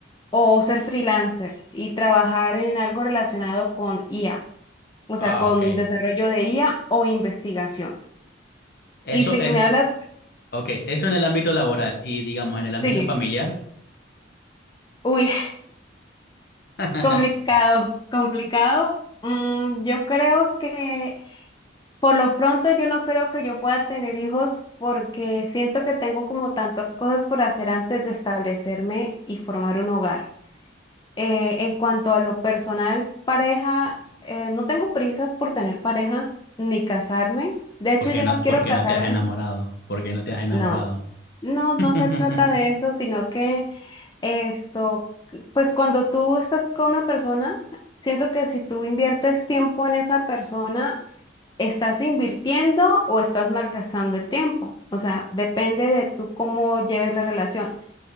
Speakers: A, on the left; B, on the left.
A: o ser freelancer y trabajar en algo relacionado con IA, o sea,
B: Ah,
A: con
B: ok.
A: desarrollo de IA o investigación.
B: Eso
A: Y si
B: es,
A: me hablas,
B: ok, eso en el ámbito laboral y digamos en el
A: sí,
B: ámbito familiar,
A: uy,
B: <laughs>
A: Complicado, complicado. Mm, yo creo que por lo pronto yo no creo que yo pueda tener hijos porque siento que tengo como tantas cosas por hacer antes de establecerme y formar un hogar. Eh, en cuanto a lo personal, pareja, eh, no tengo prisas por tener pareja ni casarme. De hecho,
B: ¿por qué
A: yo
B: no,
A: no quiero
B: por qué
A: casarme
B: no te has enamorado? ¿Por qué no te has enamorado?
A: no, no,
B: <laughs>
A: no se trata de eso, sino que esto, pues cuando tú estás con una persona, siento que si tú inviertes tiempo en esa persona, estás invirtiendo o estás malgastando el tiempo. O sea, depende de tú cómo lleves la relación.